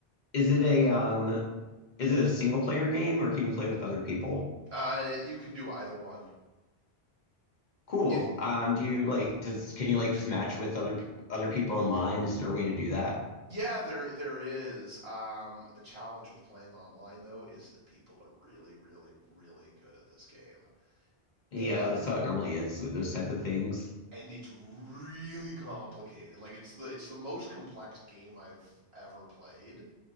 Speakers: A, on the left (about 50°); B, on the right (about 70°).
A: is it a um is it a single player game or can you play with other people?
B: Uh, you can do either one.
A: Cool.
B: It,
A: Um, do you like does can you like just match with other other people online? Is there a way to do that?
B: yeah, there there is. Um, the challenge with playing online though is that people are really, really, really good at this game,
A: Yeah,
B: and
A: that's how it normally is with those type of things.
B: and it's really complicated. Like it's the it's the most complex game I've ever played